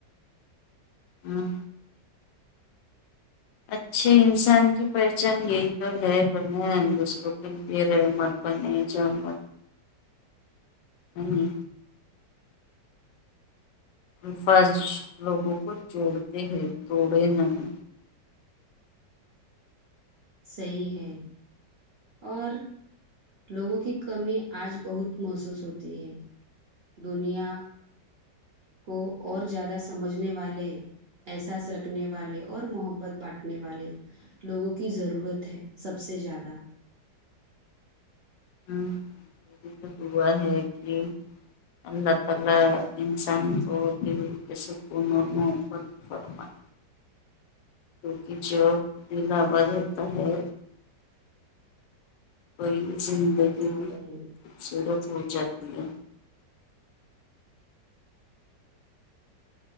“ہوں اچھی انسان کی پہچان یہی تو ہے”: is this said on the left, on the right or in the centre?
Left